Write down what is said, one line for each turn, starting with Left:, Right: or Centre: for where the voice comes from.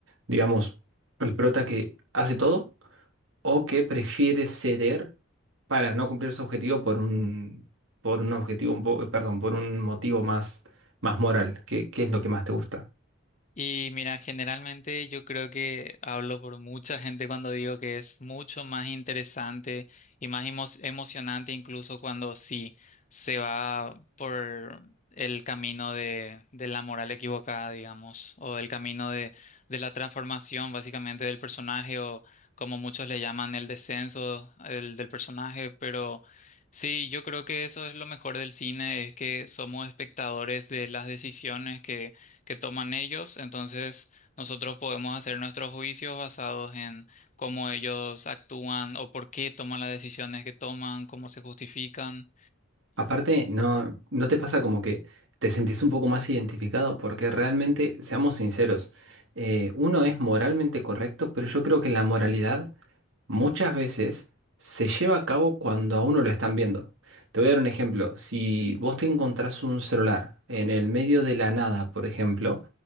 Right: Digamos, el prota que hace todo o que prefiere ceder para no cumplir su objetivo por un, por un objetivo, un po- perdón, por un motivo más, más moral. ¿Qué, qué es lo que más te gusta?
Left: Y mira, generalmente yo creo que hablo por mucha gente cuando digo que es mucho más interesante y más emo- emocionante incluso cuando sí se va por el camino de, de la moral equivocada, digamos, o del camino de, de la transformación básicamente del personaje o como muchos le llaman el descenso el, del personaje, pero sí, yo creo que eso es lo mejor del cine, es que somos espectadores de las decisiones que que toman ellos, entonces nosotros podemos hacer nuestros juicios basados en cómo ellos actúan o por qué toman las decisiones que toman, cómo se justifican.
Right: Aparte, no, ¿no te pasa como que te sentís un poco más identificado? Porque realmente, seamos sinceros, eh, uno es moralmente correcto, pero yo creo que la moralidad muchas veces se lleva a cabo cuando a uno lo están viendo. Te voy a dar un ejemplo. Si vos te encontrás un celular en el medio de la nada, por ejemplo,